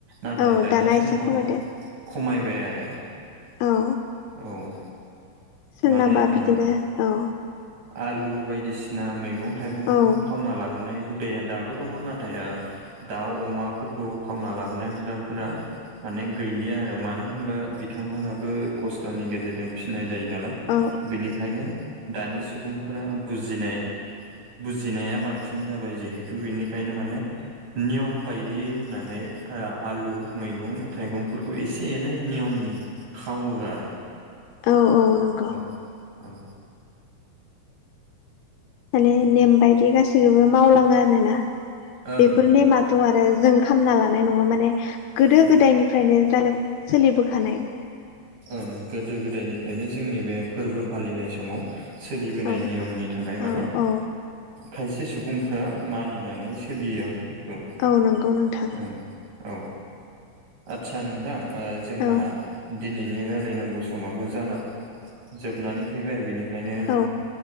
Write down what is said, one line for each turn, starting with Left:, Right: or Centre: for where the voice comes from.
Right: नाथाय
Left: औ
Right: दानि
Left: दाना
Right: समाव
Left: एसे खमायदो
Right: खमायबाय आरो
Left: औ
Right: औ
Left: सोरनाबा
Right: माने
Left: बिदिनो
Right: ओ
Left: औ
Right: आलु बायदिसिना मैगं थाइगंखौ
Left: औ
Right: खावना लाबोनाय हुदाया दाबो दङ नाथाय दाउ अमाफोरखौ खावना लाबोनाय हुदाफोरा माने गैलिया आरो मानो होनबा बिथांमोनाबो खस्थ'नि गेजेरजों फिसिनाय जायो नालाय
Left: औ
Right: बेनिखायनो दानि सुबुंफोरा बुजिनाय बुजिनाया बांसिन जाबाय जिहेथु बेनिखायनो माने नियम बायदियै होननानै आलु मैगं थाइगंफोरखौ एसे एनै नियमनि खावो आरो
Left: औ औ नं
Right: औ औ
Left: माने नेम बायदि गासैखौबो मावलाङो आरोना
Right: ओं
Left: बेफोर
Right: नंगौ
Left: ने माथ' आरो जों खामना लानाय नङा माने गोदो
Right: औ
Left: गोदायनिफ्राय फ्रायनो जादों सोलिबोखानाय
Right: ओं गोदो गोदायनिफ्रायनो जोंनि बे फोरबो फालिनाय समाव सोलिबोनाय
Left: औ
Right: नियमनि थाखाय
Left: औ
Right: माने
Left: औ
Right: खायसे सुबुंफ्रा मानिनानै सोलियो बेखौ
Left: औ नंगौ नोंथां
Right: औ औ आदसा नोंथां जोंना
Left: औ
Right: दिनैनि रायलायनांगौ समाबो जाना जोबनानै फैबाय बेनिखायनो
Left: औ